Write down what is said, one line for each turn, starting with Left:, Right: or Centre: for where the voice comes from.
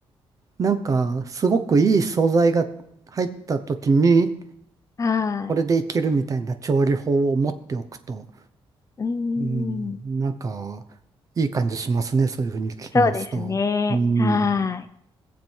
Right: なんか、すごくいい素材が入った時に、
Left: はーい。
Right: これでいけるみたいな調理法を持っておくと、
Left: うーん。
Right: うん、なんか、いい感じしますね。そういうふうに聞きますと。
Left: そうですね。
Right: うん。
Left: はーい。